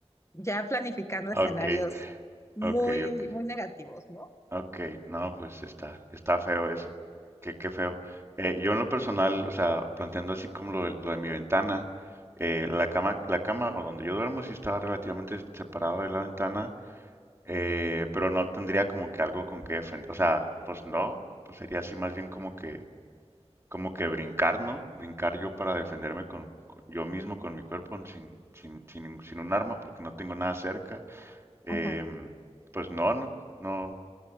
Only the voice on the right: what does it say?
Ok,
ok, ok.
Ok, no, pues está, está feo eso. Qué, qué feo. Eh, yo en lo personal, o sea, planteando así como lo de, lo de mi ventana, eh, la cama, la cama o donde yo duermo sí estaba relativamente separado de la ventana, eh, pero no tendría como que algo con que defender. O sea, pues no, pues sería así más bien como que, como que brincar, ¿no? Brincar yo para defenderme con, con- yo mismo, con mi cuerpo, sin, sin, sin, sin un arma, porque no tengo nada cerca. Em,
pues no, no, no.